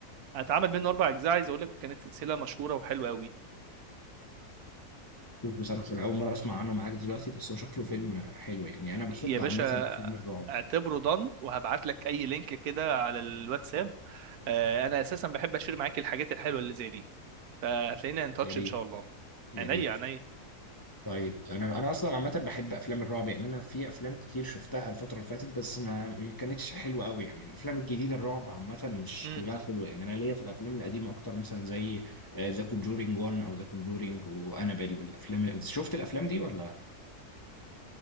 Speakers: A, on the right (about 75°); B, on the left (about 25°).
A: هتعمل منه اربع اجزاء عايز اقول لك كانت سلسله مشهوره وحلوه قوي
B: بصراحة أنا أول مرة أسمع عنه معاك دلوقتي بس هو شكله فيلم حلو يعني أنا بحب
A: يا باشا
B: عامة أفلام الرعب
A: اعتبره ضن وهبعت لك اي لينك كده على الواتساب آه، انا اساسا بحب اشير معاك الحاجات الحلوه اللي زي دي فهتلاقينا ان تاتش
B: يا ريت
A: ان شاء الله
B: يا
A: عينيا
B: ريت
A: عينيا
B: طيب انا انا اصلا عامه بحب افلام الرعب يعني انا في افلام كتير شفتها الفتره اللي فاتت بس ما ما كانتش حلوه قوي يعني الافلام الجديده الرعب عامه مش
A: امم
B: كلها حلوه يعني انا ليا في الافلام القديمه اكتر مثلا زي ذا كونجورينج 1 او ذا كونجورينج وانابيل والافلام ال- شفت الافلام دي ولا